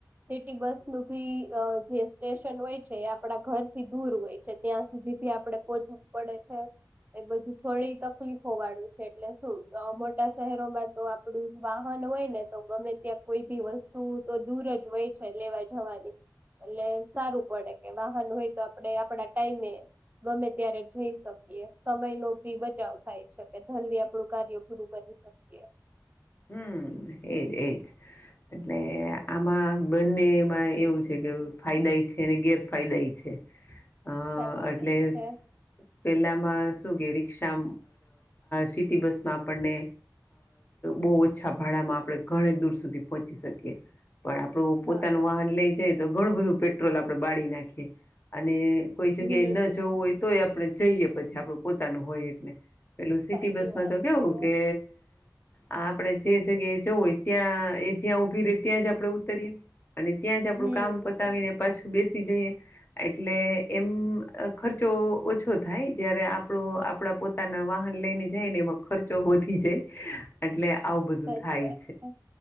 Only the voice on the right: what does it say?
સિટી બસ નું ભી અ જે સ્ટેશન હોય છે, એ આપડા ઘરથી દૂર હોય છે. ત્યાં સુધી ભી આપડે પોહચવું પડે
છે. એ બધું થોડી તકલીફો વાળું છે, એટલે શું મોટા શહેરોમાં તો આપડું વાહન હોય ને તો ગમે ત્યાં કોઈ બી વસ્તુ તો દૂર જ હોય છે. લેવા જવાની એટલે સારું પડે કે વાહન હોય તો આપણે આપડા ટાઈમે ગમે ત્યારે જઈ શકીએ સમય નો ભી બચાવ થાય છે, કે જલ્દી આપડું કાર્ય પૂરું કરી
શકીએ.
સાચી
વાત છે.
હા
હમ
સાચી
વાત
છે
હમ
સાચી
વાત છે.